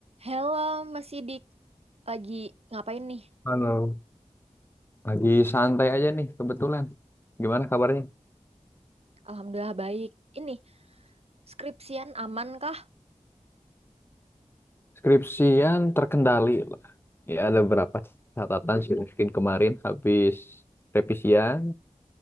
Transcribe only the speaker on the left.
Halo, lagi santai aja nih kebetulan. Gimana kabarnya?
Skripsian terkendali lah. Ya
ada berapa catatan sih mungkin kemarin habis revisian.